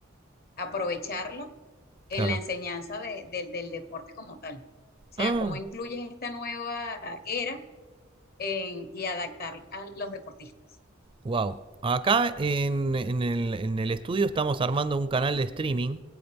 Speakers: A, on the left; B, on the right.
A: aprovecharla en
B: Claro.
A: la enseñanza de- del del deporte como tal. O sea,
B: Ah,
A: cómo incluyes esta nueva era en- y adaptar a los deportistas.
B: Wow. Acá en, en el, en el estudio estamos armando un canal de streaming